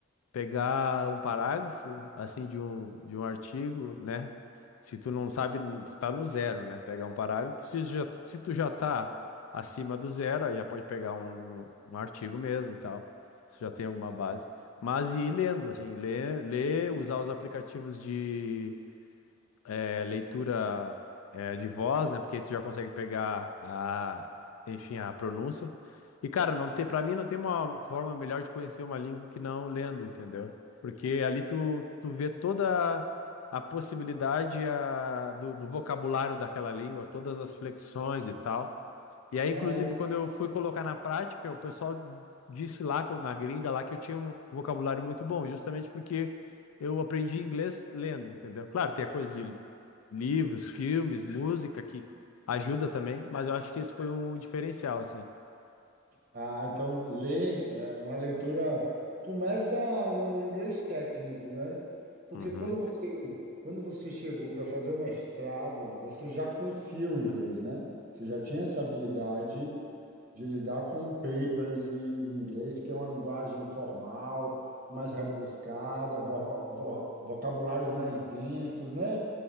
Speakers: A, on the left; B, on the right.
A: pegar um parágrafo assim de um de um artigo, né? Se tu não sabe, está no zero, né? Pegar um parágrafo. Se já, se tu já tá acima do zero, aí já pode pegar um, um artigo mesmo e tal. Se já tem alguma base. Mas ir lendo, assim, ler, ler, usar os aplicativos de é, leitura é, de voz, né? Porque tu já consegue pegar a, enfim, a pronúncia. E, cara, não tem, para mim não tem uma forma melhor de conhecer uma língua que não lendo, entendeu? Porque ali tu, tu vê toda a possibilidade a, do, do vocabulário daquela língua, todas as flexões e tal. E aí, inclusive,
B: Ah, e-
A: quando eu fui colocar na prática, o pessoal disse lá co- na gringa lá que eu tinha um vocabulário muito bom, justamente porque eu aprendi inglês lendo, entendeu? Claro, tem a coisa de livros, filmes, música que ajuda também, mas eu acho que esse foi um diferencial, assim.
B: ah, então ler é uma leitura começa no inglês técnico, né? Porque
A: Uhum.
B: quando você quando você chegou para fazer o mestrado, você já conhecia o inglês, né? Você já tinha essa habilidade de lidar com papers em em inglês, que é uma linguagem formal, mais rebuscada, vo- vo- vocabulários mais densos, né?